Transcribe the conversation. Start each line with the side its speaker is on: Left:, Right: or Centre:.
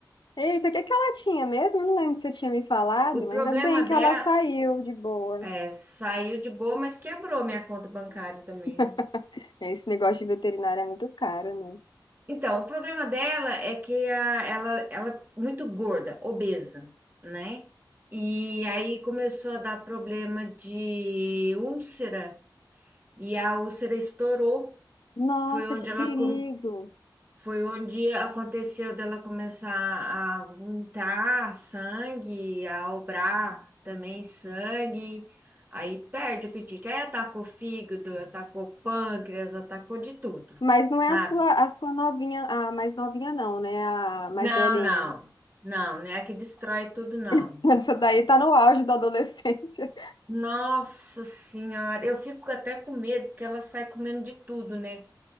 Left: Eita, o que que ela tinha mesmo? Eu Não lembro se você tinha me falado,
Right: O
Left: mas
Right: problema
Left: ainda bem
Right: dela
Left: que ela saiu de boa.
Right: é, saiu de boa, mas quebrou minha conta bancária também.
Left: <laughs> Esse negócio de veterinário é muito caro, né?
Right: Então, o problema dela é que a, ela, ela é muito gorda, obesa, né? E aí começou a dar problema de úlcera E a úlcera estourou.
Left: Nossa,
Right: Foi onde
Left: que perigo.
Right: ela com- foi onde aconteceu dela começar a vomitar sangue, a obrar também sangue. Aí perde o apetite. Aí atacou fígado, atacou pâncreas, atacou de tudo,
Left: Mas não é
Right: sabe?
Left: a sua, a sua novinha, a mais novinha não, né? A mais
Right: Não,
Left: velhinha.
Right: não. Não, não é que destrói tudo, não.
Left: <laughs> Essa daí tá no auge da adolescência.
Right: Nossa Senhora, eu fico até com medo, porque ela sai comendo de tudo, né?